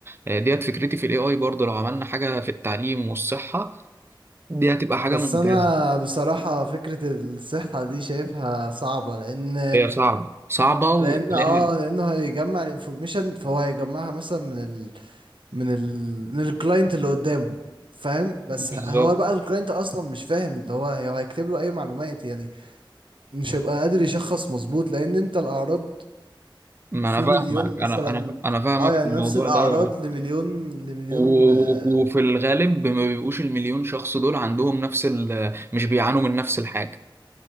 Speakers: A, on the right; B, on the right.
A: آه، ديت فكرتي في الاي اي برضه لو عملنا حاجة في التعليم والصحة دي هتبقى حاجة
B: بس
A: ممتازة
B: انا بصراحة فكرة الصحة دي شايفها صعبة لان
A: هي صعبة صعبة وتلاقي
B: لان اه لانه هيجمع الانفورميشن فهو هيجمعها مثلا من ال من ال من الكلاينت اللي قدامه فاهم بس
A: بالظبط
B: ه- هو بقى الكلاينت اصلا مش فاهم اللي هو هي- هو هيكتب له اي معلومات يعني مش هيبقى قادر يشخص مظبوط لان انت الاعراض
A: ما
B: في
A: انا فاهمك
B: مليون مثلا
A: انا انا انا فاهمك
B: اه يعني
A: في الموضوع
B: نفس الاعراض
A: ده و-
B: لمليون لمليون
A: و-
B: آه،
A: وفي الغالب ما بيبقوش المليون شخص دول عندهم نفس ال مش بيعانوا من نفس الحاجة